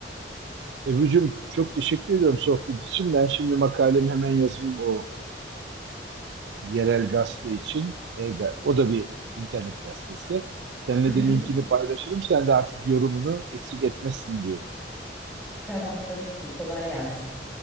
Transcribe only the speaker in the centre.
Hı hı.
Tamam tabii ki kolay gelsin.